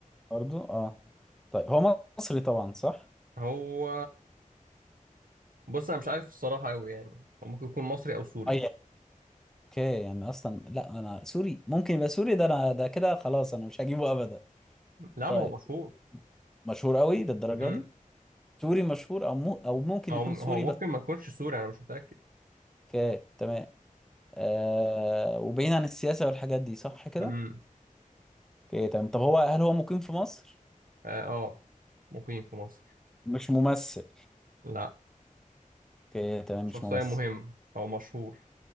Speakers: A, in the centre; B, on the right.
A: برضو اه طيب هو مصري طبعا صح
B: هو بص أنا مش عارف الصراحة أوي يعني هو ممكن يكون مصري أو سوري
A: اي اوكي يعني اصلا لا انا سوري ممكن يبقى سوري ده انا ده كده خلاص انا مش هجيبه ابدا
B: لا
A: طيب
B: ما هو مشهور
A: مشهور قوي للدرجه
B: مم.
A: دي سوري مشهور او مو او ممكن
B: هو
A: يكون
B: هو
A: سوري
B: ممكن
A: بس
B: ما يكونش سوري أنا مش متأكد
A: اوكي تمام آه وبعيد عن السياسه والحاجات دي صح كده
B: مم.
A: اوكي تمام طب هو هل هو مقيم في مصر
B: آه, آه مقيم في مصر
A: مش ممثل
B: لا
A: اوكي تمام
B: شخصية
A: مش ممثل
B: مهمة أو مشهور